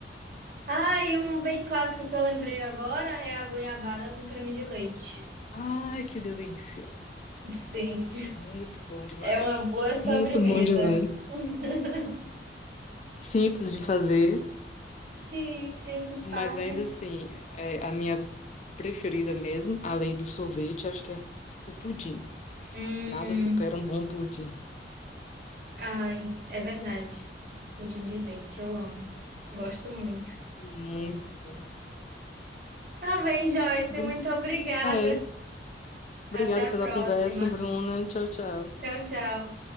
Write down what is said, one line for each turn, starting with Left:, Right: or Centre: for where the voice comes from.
Right: Ah, e um bem clássico que eu lembrei agora é a goiabada com creme de leite.
Left: Ai, que delícia.
Right: Sim,
Left: Muito bom demais.
Right: é uma boa sobremesa.
Left: Muito bom demais.
Right: <laughs>
Left: Simples de fazer,
Right: Sim, simples,
Left: mas
Right: fácil.
Left: ainda assim, é a minha preferida mesmo, além do sorvete, acho que é o pudim.
Right: Hum,
Left: Nada supera um bom pudim.
Right: ai, é verdade. Pudim de leite, eu amo. Gosto muito.
Left: Muito bom.
Right: Tá bem, Joyce,
Left: Bru-
Right: muito obrigada.
Left: É,
Right: Até
Left: obrigada
Right: a
Left: pela
Right: próxima.
Left: conversa, Bruna. Tchau, tchau.
Right: Tchau, tchau.